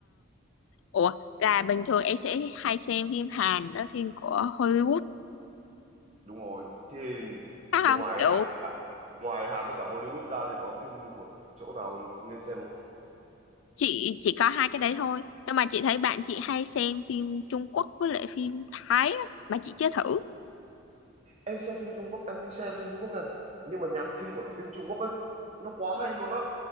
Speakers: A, on the left (about 70°); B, on the right (about 30°).
A: Ủa là bình thường em sẽ hay xem phim Hàn đó phim của Hollywood
B: đúng rồi Thì
A: khác
B: ngoài
A: không kiểu
B: Hàn cả ngoài Hàn với cả Hollywood ra thì có phim của chỗ nào nên xem không
A: chị chỉ có hai cái đấy thôi nhưng mà chị thấy bạn chị hay xem phim Trung Quốc với lại phim Thái á, mà chị chưa thử
B: em xem phim Trung Quốc em không xem phim Trung Quốc nè nhưng mà nhạc phim của phim Trung Quốc ấy nó quá hay luôn á